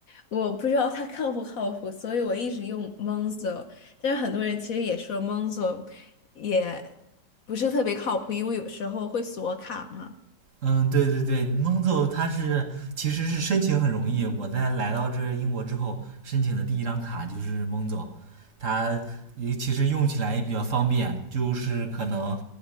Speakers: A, on the left (about 55°); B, on the right (about 50°).
A: 我不知道它靠不靠谱，所以我一直用 Monzo。但是很多人其实也说 Monzo 也不是特别靠谱，因为有时候会锁卡嘛。
B: 嗯，对对对蒙走他它是其实是申请很容易。我在来到这英国之后，申请的第一张卡就是蒙走，它也其实用起来也比较方便，就是可能